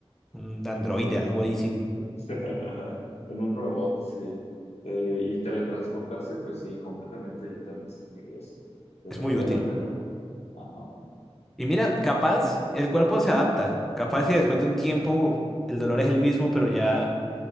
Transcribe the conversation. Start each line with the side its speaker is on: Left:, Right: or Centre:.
Centre: un androide, algo ahí sin...
Left: <laughs> En un robot, sí. Eh, y teletransportarse, pues sí, completamente. Yo también quería eso. Que
Centre: Es
Left: me
Centre: muy
Left: duela,
Centre: útil.
Left: pero ajá,
Centre: Y mira, capaz el cuerpo se adapta. Capaz si después de un tiempo el dolor es el mismo, pero ya